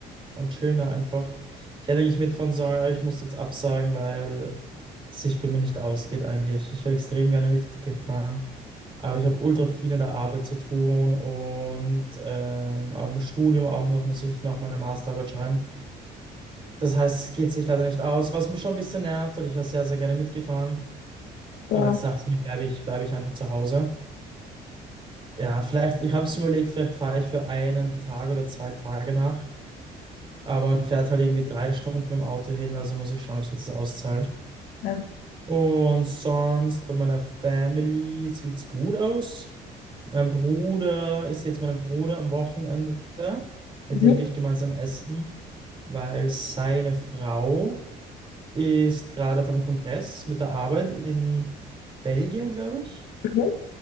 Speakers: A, on the right; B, on the left.
A: und chillen da einfach. Ich hätte eigentlich mitfahren sollen, aber ich musste jetzt absagen, weil es sich bei mir nicht ausgeht eigentlich. Ich wäre extrem gerne mitgefahren, aber ich habe ultra viel in der Arbeit zu tun und ähm, am Studium auch noch muss ich noch meine Masterarbeit schreiben. Das heißt, es geht sich leider nicht aus, was mich schon ein bisschen nervt, weil ich wäre sehr, sehr gerne mitgefahren.
B: Ja,
A: Aber jetzt dachte ich mir, bleibe ich, bleibe ich einfach zu Hause. Ja, vielleicht, ich habe es mir überlegt, vielleicht fahre ich für einen Tag oder zwei Tage nach. Aber man fährt halt irgendwie drei Stunden mit dem Auto hin, also muss ich schauen, ob sich das auszahlt.
B: ja.
A: Und sonst bei meiner Family sieht's gut aus. Mein Bruder, ich sehe jetzt meinen Bruder am Wochenende. Mit
B: Mhm.
A: dem gehe ich gemeinsam essen, weil seine Frau ist gerade auf einem Kongress mit der Arbeit in Belgien, glaube ich.
B: Mhm.